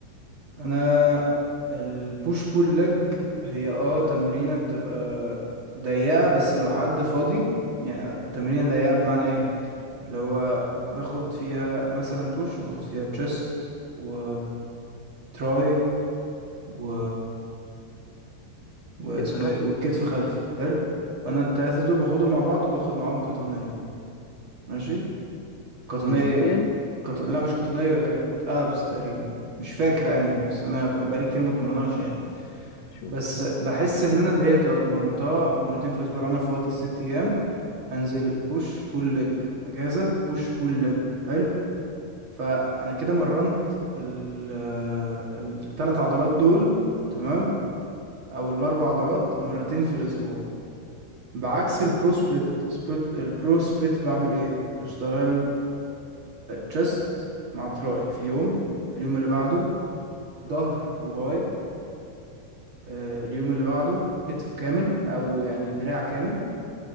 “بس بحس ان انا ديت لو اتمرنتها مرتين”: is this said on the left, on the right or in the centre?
Right